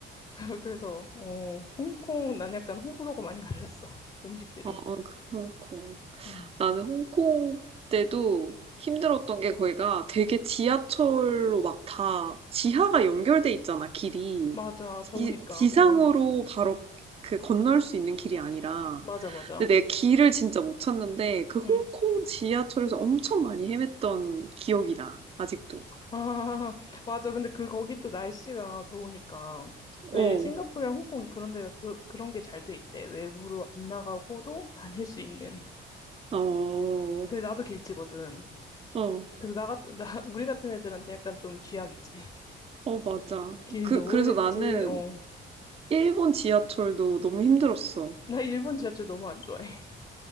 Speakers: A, on the left (about 25°); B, on the right (about 30°).
A: <laughs> 그래서 어, 홍콩 난 약간 호불호가 많이 갈렸어. 음식들이.
B: 어, 그 홍콩.
A: 음.
B: 나는 홍콩 때도 힘들었던 게 거기가 되게 지하철로 막 다 지하가 연결돼 있잖아, 길이.
A: 맞아.
B: 지,
A: 더우니까.
B: 지상으로
A: 어.
B: 바로 그 건널 수 있는 길이 아니라.
A: 맞아 맞아.
B: 근데 내가 길을 진짜 못 찾는데 그 홍콩
A: 음.
B: 지하철에서 엄청 많이 헤맸던 기억이 나, 아직도.
A: 아, <laughs> 맞아. 근데 그, 거기 또 날씨가 더우니까. 왜
B: 어,
A: 싱가포르랑 홍콩이 그런 데가 그, 그런 게 잘 돼 있대. 외부로 안 나가고도 다닐 수 있는.
B: 어,
A: 그래, 나도 길치거든.
B: 어,
A: 그래서 나, 같- <laughs> 나, 우리 같은 애들한테 약간 좀 쥐약이지.
B: 어, 맞아.
A: 길도
B: 그,
A: 모르겠지.
B: 그래서 나는
A: 어.
B: 일본 지하철도 너무 힘들었어.
A: 나 일본 지하철 너무 안 좋아해. <laughs>